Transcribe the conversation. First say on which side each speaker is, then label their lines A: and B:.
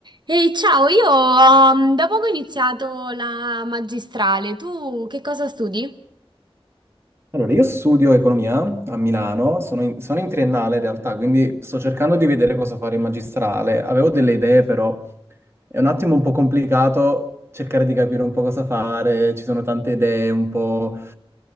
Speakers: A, on the right (about 50°); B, on the right (about 25°).
A: Ehi, ciao, io um, da poco ho iniziato la magistrale. Tu che cosa studi?
B: Allora, io studio economia a Milano, sono in, sono in triennale in realtà, quindi sto cercando di vedere cosa fare in magistrale. Avevo delle idee, però è un attimo un po' complicato cercare di capire un po' cosa fare, ci sono tante idee, un po'